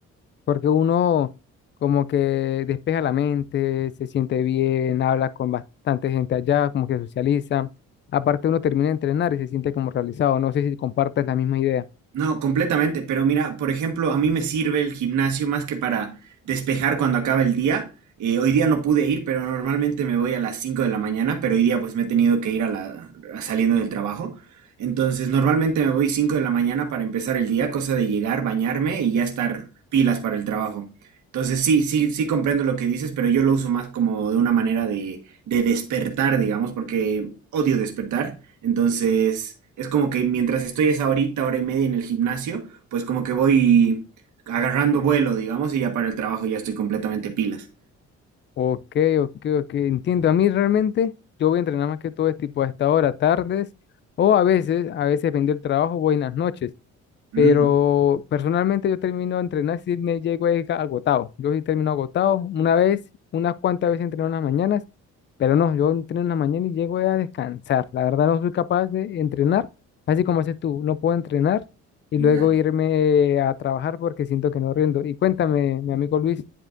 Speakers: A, on the left; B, on the right.
A: porque uno como que despeja la mente, se siente bien, habla con bastante gente allá, como que socializa. Aparte uno termina de entrenar y se siente como realizado. No sé si compartes la misma idea.
B: No, completamente. Pero mira, por ejemplo, a mí me sirve el gimnasio más que para despejar cuando acaba el día. Eh, hoy día no pude ir, pero normalmente me voy a las 5 de la mañana, pero hoy día pues me he tenido que ir a la, a- saliendo del trabajo. Entonces, normalmente me voy 5 de la mañana para empezar el día, cosa de llegar, bañarme y ya estar pilas para el trabajo. Entonces, sí, sí, sí comprendo lo que dices, pero yo lo uso más como de una manera de, de despertar, digamos, porque odio despertar, entonces es como que mientras estoy esa horita, hora y media en el gimnasio, pues como que voy agarrando vuelo, digamos, y ya para el trabajo ya estoy completamente pilas.
A: Ok, ok, ok. Entiendo. A mí realmente yo voy a entrenar más que todo es tipo a esta hora, tardes, o a veces, a veces dependiendo del trabajo, voy en las noches. Pero
B: Mm,
A: personalmente yo termino de entrenar si me llego ahí ca- agotado. Yo sí termino agotado. Una vez, unas cuantas veces entreno en las mañanas, pero no, yo entreno en la mañana y llego a descansar. La verdad no soy capaz de entrenar, así como haces tú. No puedo entrenar y
B: ya.
A: luego irme a trabajar porque siento que no rindo. Y cuéntame, mi amigo Luis,